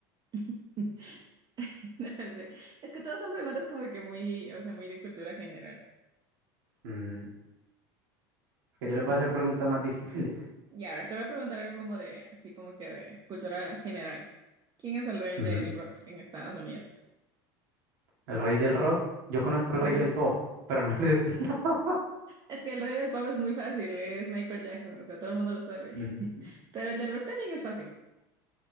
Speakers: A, on the right (about 35°); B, on the right (about 75°).
A: <laughs> No sé. Es que todas son preguntas como que muy, o sea, muy de cultura general.
B: Mm, que yo le voy a hacer preguntas más difíciles.
A: Ya, a ver, te voy a preguntar algo como de, así como que de cultura general. ¿Quién es el rey
B: Ujú.
A: del rock en Estados Unidos?
B: El rey del rock. Yo conozco el
A: Ajá.
B: rey del pop, pero no el del <laughs> rock.
A: Es que el rey del pop es muy fácil, es Michael Jackson, o sea, todo el mundo lo sabe.
B: Ujú.
A: <laughs> Pero el del rock también es fácil.